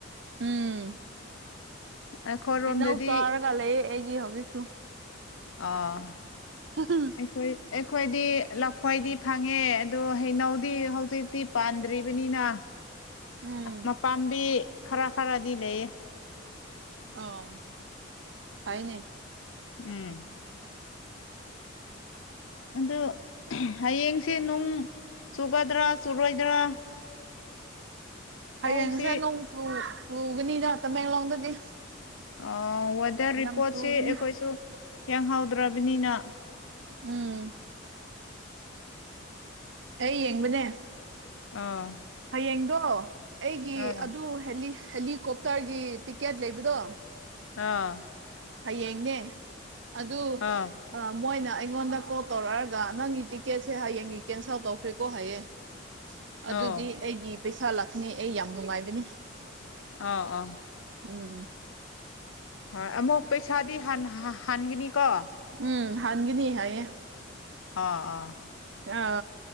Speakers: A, on the right (about 60°); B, on the left (about 85°).
A: ꯎꯝ
B: ꯑꯩꯈꯣꯏꯔꯣꯝꯗꯗꯤ
A: ꯍꯩꯅꯧ ꯆꯥꯔꯒ ꯂꯩꯌꯦ ꯑꯩꯗꯤ ꯍꯧꯖꯤꯛꯁꯨ
B: ꯑ
A: ꯍ ꯍ
B: ꯣꯏ ꯑꯩꯈꯣꯏꯗꯤ ꯂꯐꯣꯏꯗꯤ ꯐꯪꯉꯦ ꯑꯗꯣ ꯍꯩꯅꯧꯗꯤ ꯍꯧꯖꯤꯛ ꯁꯛꯇꯤ ꯄꯥꯟꯗ꯭ꯔꯤꯕꯅꯤꯅ
A: ꯎꯝ
B: ꯃꯄꯥꯝꯕꯤ ꯈꯔ ꯈꯔꯗꯤ ꯂꯩ
A: ꯑ ꯍꯥꯏꯥꯏꯅꯦ
B: ꯎꯝ
A: ꯑ
B: ꯑꯗꯨ ꯍꯌꯦꯡꯁꯦ ꯅꯨꯡ ꯆꯨꯒꯗ꯭ꯔꯥ ꯆꯨꯔꯣꯏꯗ꯭ꯔꯥ
A: ꯍꯌꯦꯡꯁꯦ
B: ꯄꯥꯎꯁꯤ
A: ꯅꯣꯡꯨ ꯆꯨꯒꯅꯤꯅ ꯇꯃꯦꯡꯂꯣꯡꯗꯗꯤ
B: ꯑ ꯋꯦꯗꯔ ꯔꯤꯄꯣꯔꯠꯁꯤ
A: ꯌꯥꯝ ꯆꯨꯒꯅꯤ
B: ꯑꯩꯈꯣꯏꯁꯨ ꯌꯦꯡꯍꯥꯎꯗ꯭ꯔꯕꯅꯤꯅ
A: ꯎꯝ ꯑꯩ ꯌꯦꯡꯕꯅꯦ
B: ꯑꯥ
A: ꯍꯌꯦꯡꯗꯣ ꯑꯩꯒꯤ
B: ꯑꯥ
A: ꯑꯗꯨ ꯍꯦꯂꯤꯀꯣꯞꯇꯔꯒꯤ ꯇꯤꯛꯀꯦꯠ ꯂꯩꯕꯗꯣ
B: ꯑꯥ
A: ꯍꯌꯦꯡꯅꯦ ꯑꯗꯨ
B: ꯑꯥ
A: ꯑ ꯃꯣꯏꯅ ꯑꯩꯉꯣꯟꯗ ꯀꯣꯜ ꯇꯧꯔꯛꯑꯒ ꯅꯪꯒꯤ ꯇꯤꯛꯀꯦꯠꯁꯦ ꯍꯌꯦꯡꯒꯤ ꯀꯦꯟꯁꯦꯜ ꯇꯧꯈ꯭ꯔꯦꯀꯣ ꯍꯌꯦꯡ
B: ꯑꯥ
A: ꯑꯗꯨꯗꯤ ꯑꯩꯒꯤ ꯄꯩꯁꯥ ꯂꯥꯛꯅꯤ ꯑꯩ ꯌꯥꯝ ꯅꯨꯡꯉꯥꯏꯕꯅꯤ
B: ꯑ ꯑ
A: ꯎꯝ
B: ꯍꯣꯏ ꯑꯃꯨꯛ ꯄꯩꯁꯥꯗꯤ ꯍꯟꯒꯅꯤꯀꯣ
A: ꯎꯝ ꯍꯥꯟꯒꯤꯅꯤ ꯍꯥꯏꯌꯦ
B: ꯑꯥ ꯑꯥ
A: ꯑ